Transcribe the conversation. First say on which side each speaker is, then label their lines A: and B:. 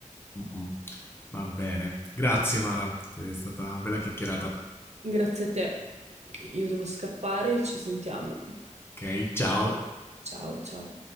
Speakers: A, on the left (about 15°); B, on the right (about 55°).
A: Mm, mm. Va bene. Grazie Mara, è stata una bella chiacchierata.
B: Grazie a te. Io devo scappare, ci sentiamo.
A: Ok, ciao.
B: Ciao, ciao.